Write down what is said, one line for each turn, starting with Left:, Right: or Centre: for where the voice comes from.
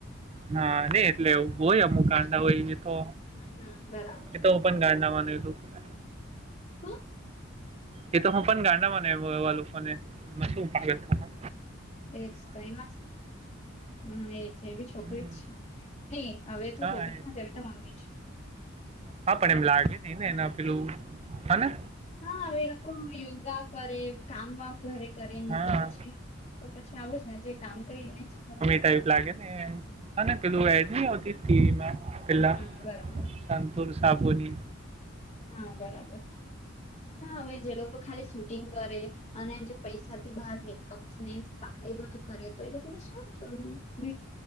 Right: હા નઈ એટલે હોય એવું અમુક ગાંડા હોય એ તો
Left: હમ હમ બરાબર.
Right: એ તો પણ ગાંડા માન્યું હતું. <inaudible>
Left: શું
Right: એ તો હું પણ ગાંડા માંનું એવા લોકોને એમાં શુ પાગલખાના.
Left: એ જ તો એમ જ. હમ એજ. એ બી છોકરી
Right: હમ
Left: જ છે. નહી હવે તો
Right: હા
Left: છોકરી
Right: એ
Left: નથી હવે તો મમ્મી છે.
Right: હા પણ એમ લાગે નઈ ને એને પેલું હાને?
Left: હા! હવે લોકો યોગા કરે, કામ વામ ઘરે કરે ની
Right: હા
Left: તો પછી તો પછી આવું જ ને જે કામ કરી એને ખબર.
Right: <unintelligible> લાગેને પેલું એડ ન આવતી ટીવીમાં પેહલા
Left: હમ હમ બરાબર
Right: સંતુર સાબુની.
Left: હા બરાબર. હા! હવે જે લોકો ખાલી શૂટિંગ કરે અને જે પૈસાથી બહાર મેકઅપ્ ને સ્પા બધું કરે તો એ લોકોને શું <unintelligible>